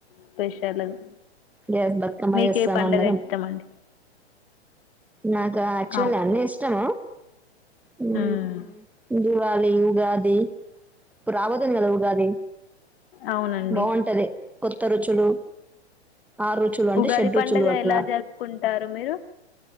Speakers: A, on the left; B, in the centre.
A: స్పెష్. టెర్లగు.
B: గ్యాస్ బతుకమ్మ
A: మీకే
B: చేస్తాం
A: పండగ
B: అందరం
A: ఇష్టం అండి?
B: నాకా, యాక్చువల్
A: అవు
B: అన్నీ ఇష్టము. హ్మ్.
A: ఉమ్
B: దివాళి, ఉగాది. ఇప్పుడు రాబోతుంది కదా ఉగాది?
A: అవునండి
B: బాఉంటంది, కొత్త రుచులు. ఆరు రూచులు అంటే,
A: ఉగాది
B: షెడ్ రూచులు
A: పండుగ
B: అట్లా.
A: ఎలా జరుపుకుంటారు మీరు